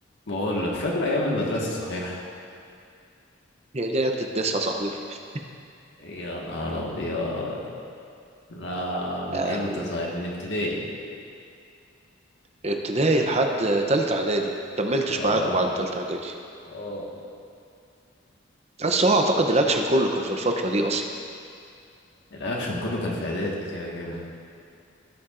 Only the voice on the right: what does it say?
هي دي ايام التسعة يا صاحبي <laughs>
يا
لهوي
ابتدائي لحد تالتة اعدادي كملتش
معاكم بعد تالتة اعدادي
بس هو اعتقد الاكشن كله كان في الفترة دي اصلا